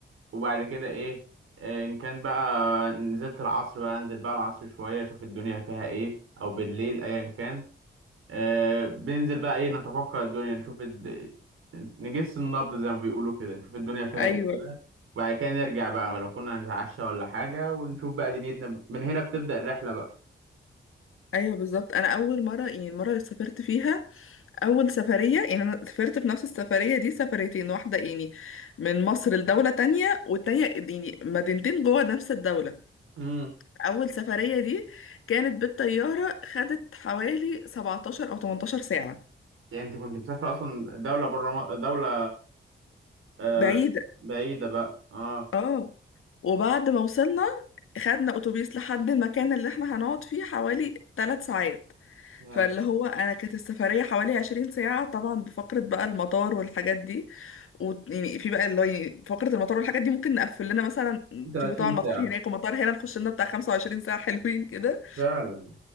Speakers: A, on the right; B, on the left.
A: وبعد كده ايه آه، ان كان بقى نزلت العصر بقى انزل بقى العصر شويه اشوف الدنيا فيها ايه او بالليل ايا كان آه بننزل بقى ايه نتوقع الدنيا نشوف الد... نجس النبض زي ما بيقولوا كده نشوف الدنيا فيها
B: ايوه
A: ايه كده وبعد كده نرجع بقى لو كنا هنتعشى ولا حاجة ونشوف بقى دنيتنا من هنا بتبدأ الرحلة بقى
B: ايوه بالظبط انا اول مرة يعني المرة اللي سافرت فيها اول سفريه يعني انا سافرت في نفس السفريه دي سفريتين واحده يعني من مصر لدوله تانية والتانية يعني مدينتين جوه نفس الدوله
A: امم
B: اول سفريه دي كانت بالطياره خدت حوالي 17 او 18 ساعه
A: يعني انت كنت مسافرة اصلا دولة بره م... دولة آه
B: بعيده
A: بعيدة بقى اه
B: اه وبعد ما وصلنا خدنا اتوبيس لحد المكان اللي احنا هنقعد فيه حوالي 3 ساعات
A: يا
B: فاللي هو انا كانت السفريه حوالي 20 ساعه طبعا بفقره بقى المطار والحاجات دي ويعني في بقى اللي هو يعني فقره المطار والحاجات دي ممكن نقفل لنا مثلا
A: 30
B: في طبعا مطار
A: ساعة
B: هناك ومطار هنا نخش لنا بتاع 25 ساعه حلوين كده
A: فعلا